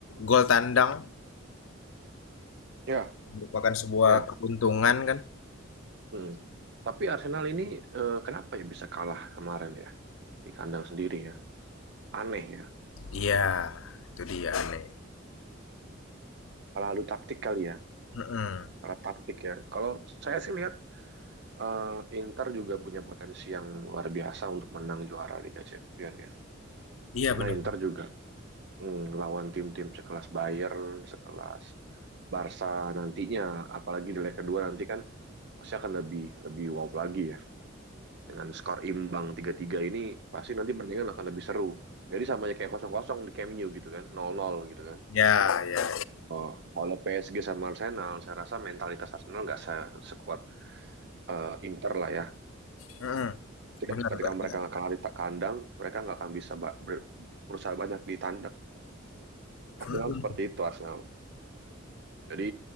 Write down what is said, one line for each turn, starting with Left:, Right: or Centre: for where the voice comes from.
Left: gol tandang,
Right: Iya,
Left: merupakan sebuah
Right: iya.
Left: keuntungan kan.
Right: Mm. Tapi Arsenal ini eh, kenapa ya bisa kalah kemarin ya di kandang sendiri ya? Aneh ya.
Left: Iya, itu dia nih.
Right: Kalah adu taktik kali ya.
Left: Mhm,
Right: Kalah taktik ya. Kalau saya sih lihat eh, Inter juga punya potensi yang luar biasa untuk menang juara Liga Champions ya.
Left: iya
Right: Karena
Left: benar.
Right: Inter juga mm, lawan tim-tim sekelas Bayern, sekelas Barca nantinya, apalagi di leg kedua nanti kan pasti akan lebih lebih wow lagi ya. Dengan skor imbang tiga tiga ini pasti nanti pertandingan akan lebih seru. Jadi sama aja kayak kosong kosong di Camp Nou gitu kan, nol nol gitu kan.
Left: Ya, ya.
Right: Oh, kalau PSG sama Arsenal, saya rasa mentalitas Arsenal nggak se- sekuat eh, Inter lah ya.
Left: Mhm.
Right: Ketika,
Left: Benar,
Right: ketika
Left: Mbak,
Right: mereka
Left: ya.
Right: kalah di ta- kandang, mereka nggak akan bisa ba- ber- berusaha banyak di tandang. Arsenal
Left: Mhm.
Right: seperti itu Arsenal. Jadi